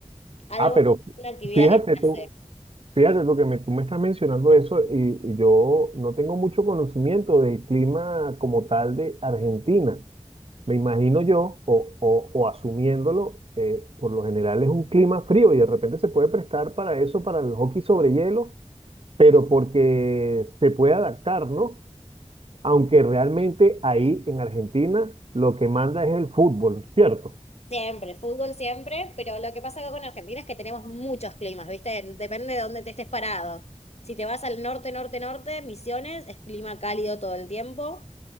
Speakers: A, on the left; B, on the right.
A: algo,
B: ah, pero
A: una actividad
B: fíjate
A: que se
B: tú,
A: hace.
B: fíjate tú que me, tú me estás mencionando eso y, y yo no tengo mucho conocimiento del clima como tal de Argentina. me imagino yo, o, o- o asumiéndolo, eh, por lo general es un clima frío y de repente se puede prestar para eso, para el hockey sobre hielo, pero porque se puede adaptar, ¿no? Aunque realmente ahí en Argentina lo que manda es el fútbol, ¿cierto?
A: Siempre, fútbol siempre, pero lo que pasa acá con Argentina es que tenemos muchos climas, ¿viste? Depende de dónde te estés parado. Si te vas al norte, norte, norte, Misiones, es clima cálido todo el tiempo.